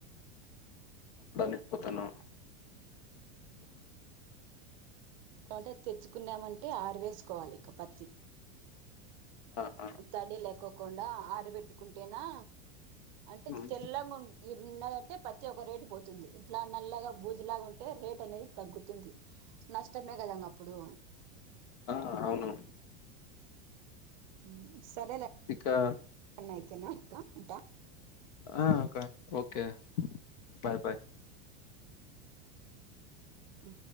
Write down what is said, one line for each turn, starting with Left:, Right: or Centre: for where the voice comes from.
Left: అప్పుడు అన్ని <unintelligible>
Right: ంట తెచ్చుకున్నామంటే ఆరవేసుకోవాలి ఇగ పత్తి
Left: ఆ! ఆ!
Right: తడీ లేకోకుండా ఆడబెట్టుకుంటేనా అంటే
Left: హ్మ్.
Right: తెల్లంగా ఉ ఇరున్నదంటే పత్తి ఒక రేటు పోతుంది ఇట్ల నల్లగా బూజులాగ ఉంటే రేట్ అనేది తగ్గుతుంది నష్టమే కదా ఇంగ అప్పుడు
Left: ఆ అవును
Right: ఉ సరేలే
Left: ఇకా
Right: చన్న అయితేన ఇక ఉంట
Left: ఆ అక్క ఓకే బాయ్ బాయ్
Right: ఉ